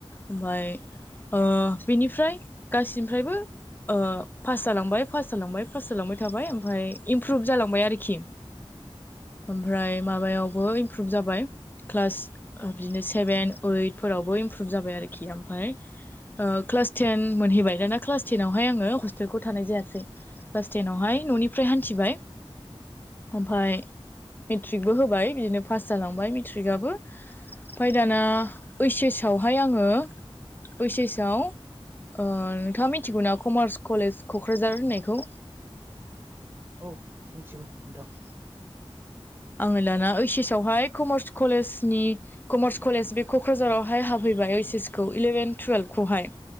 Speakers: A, on the left; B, on the right.
A: ओमफाय ओ बिनिफ्राय गासैनिफ्रायबो ओ पास जालांबाय पास जालांबाय पास जालांबाय थाबाय ओमफ्राय इमप्रुभ जालांबाय आरोखि। ओमफ्राय माबायावबो इमप्रुभ जाबाय। क्लास बिदिनो सेभेन ओइटफोरावबो इमप्रुभ जाबाय आरोखि ओमफाय
B: उम
A: ओ क्लास टेन मोनहैबाय दाना क्लास टेनावहाय आङो हस्टेलखौ थानाय जायासै। क्लास टेनआवहाय न'निफ्राय हान्थिबाय। ओमफाय मेट्रिकबो होबाय बिदिनो पास जालांबाय मेट्रिकआबो। ओमफाय दाना ओइस एस आवहाय आङो ओइस एसआव ओ नोंथाङा मिथिगौना कमार्स कलेज क'क्राझार होननायखौ।
B: औ मिथिगौ नोंथां।
A: आङो दाना ओइस एस आवहाय कमार्स कलेजनि कमार्स कलेज बे क'क्राझारावहाय हाफैबाय ओइस एस खौ इलेभेन टुयेल्भखौहाय।